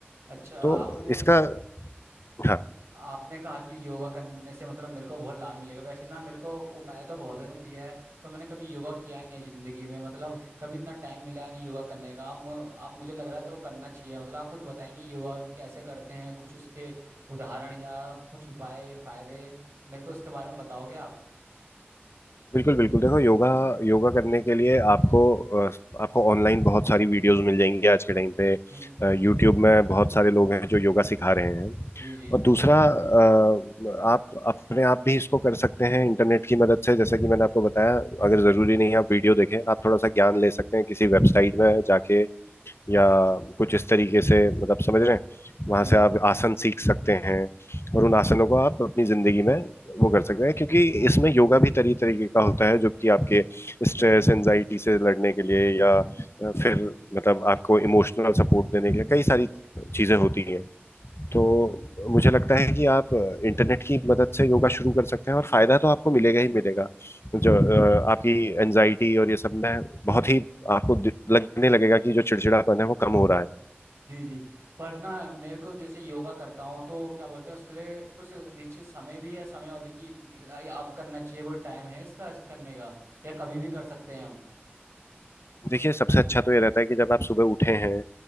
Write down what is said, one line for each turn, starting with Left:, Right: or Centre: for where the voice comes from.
Right: अच्छा
Left: तो
Right: आपने
Left: इसका हाँ
Right: आपने कहा कि योगा करने से मतलब मेरे को बहुत लाभ मिलेगा वैसे ना मेरे को उपाय तो बहुत ने दिया है पर मैंने कभी योगा किया नहीं है जिंदगी में मतलब कभी इतना टाइम मिला नहीं योगा करने का अब मु- अब मुझे लग रहा है तो करना चाहिए मतलब आप कुछ बताएंगे योगा कैसे करते हैं कुछ उसके उदाहरण या कुछ उपाय फायदे मेरे को उसके बारे में बताओगे आप
Left: बिल्कुल बिल्कुल देखो योगा योगा करने के लिए आपको अ, आपको ऑनलाइन बहुत सारी वीडियोस मिल जाएंगी आज के टाइम पे
Right: हम्म,
Left: यूट्यूब में बहुत सारे लोग हैं जो योगा सिखा रहे हैं
Right: जी जी
Left: और दूसरा अ, आप अपने आप भी इसको कर सकते हैं इंटरनेट की मदद से जैसे कि मैंने आपको बताया अगर ज़रूरी नहीं है आप वीडियो देखें आप थोड़ा सा ज्ञान ले सकते हैं किसी वेबसाइट में जाके या कुछ इस तरीके से मतलब समझ रहे हैं वहां
Right: जी
Left: से आप आसन सीख सकते हैं और उन आसनों को आप अपनी ज़िंदगी में वो कर सकते हैं क्योंकि इसमें योगा भी तरी तरीके का होता है जो कि आपके स्ट्रेस एंजाइटी से लड़ने के लिए या अ, फिर मतलब आपको इमोशनल सपोर्ट देने के लिए कई सारी चीज़ें होती हैं तो मुझे लगता है कि आप इंटरनेट की मदद से योगा शुरू कर सकते हैं और फायदा तो आपको मिलेगा ही मिलेगा जो अ, आपकी एनजाइटी और ये सब में बहुत ही आपको दि- लगने लगेगा कि जो चिड़चिड़ापन है वो कम हो रहा है
Right: जी जी पर ना मेरे को जैसे योगा करता हूँ तो क्या बोलते हैं उसके लिए कुछ निश्चित समय भी है समय अवधि की इतनी- अब करना चाहिए कोई टाइम है इसका इस करने का या कभी भी कर सकते हैं हम
Left: देखिए सबसे अच्छा तो ये रहता है कि जब आप सुबह उठे हैं